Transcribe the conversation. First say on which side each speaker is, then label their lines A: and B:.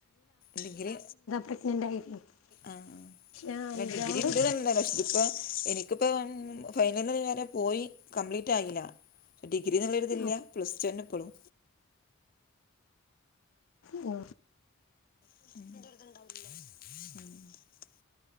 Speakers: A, on the left; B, on the left.
A: ഡിഗ്രി
B: പ്രഗ്നൻ്റ് ആയിരുന്നു
A: അഹ്
B: പക്ഷേ അഞ്ചാറ്
A: ഡിഗ്രി <unintelligible> ഇപ്പ ഇ നി ക്ക് പ്പം ഫൈനല് വരെ പോയി കംപ്ലീറ്റ് ആയില. ഡിഗ്രി ന്ന്ള്ളൊര് ഇത്
B: ആ
A: ല്ല്യ പ്ലസ് ടു ന്നെ ഇപ്പളും.
B: ഓ
A: എന്റെര്ത് ണ്ടാവല്ലേ? മ്